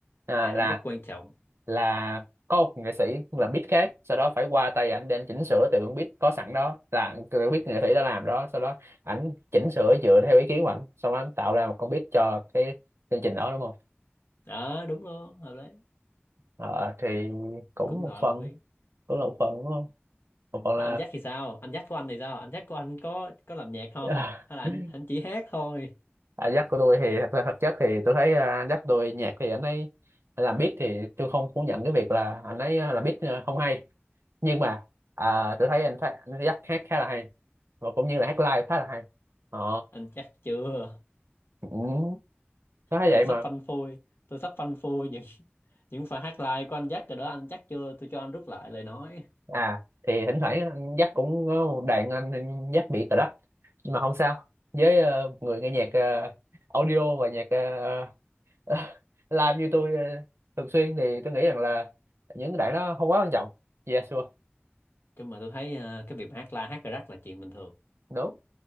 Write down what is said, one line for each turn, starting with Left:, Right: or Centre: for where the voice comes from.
Right: à,
Left: tại ảnh
Right: là
Left: rất quan trọng.
Right: là có một nghệ sĩ là beat khác sau đó phải qua tay ảnh để anh chỉnh sửa từ con beat có sẵn đó là từ beat nghệ sĩ đã làm đó sau đó ảnh chỉnh sửa dựa theo ý kiến của ảnh xong anh tạo ra một con beat cho cái chương trình đó đúng không
Left: Đó, đúng luôn, hợp lý.
Right: Ờ, thì cũng
Left: Cũng
Right: một
Left: gọi
Right: phần
Left: là một ý.
Right: cũng là một phần đúng không một phần
Left: Còn anh Jack thì sao? Anh Jack của anh thì sao? Anh Jack của anh có có làm nhạc không?
Right: là
Left: Hay
Right: <laughs>
Left: là anh anh chỉ hát thôi?
Right: à, Jack của tôi thì thật ra thật chất thì tôi thấy à, Jack tôi nhạc thì anh ấy làm beat thì tôi không phủ nhận cái việc là anh ấy à, làm beat à, không hay nhưng mà à, tôi thấy anh phát anh Jack hát khá là hay và cũng như là hát live khá là hay ờ
Left: Anh chắc chưa?
Right: cũng có thấy
Left: tôi
Right: vậy
Left: sắp
Right: mà
Left: phanh phui tôi sắp phanh phui những <laughs> những pha hát live của anh Jack rồi đó anh Jack chưa tôi cho anh rút lại lời nói
Right: à thì thỉnh thoảng anh Jack cũng có một đoạn anh Jack bị cờ lắc nhưng mà không sao với ờ, người nghe nhạc ờ, audio và nhạc ờ, <laughs> làm như tôi ờ, thường xuyên thì tôi nghĩ rằng là những đoạn đó không quá quan trọng yeah sure
Left: chứ mà tôi thấy ờ, cái việc mà hát live hát cà rắc là chuyện bình thường
Right: đúng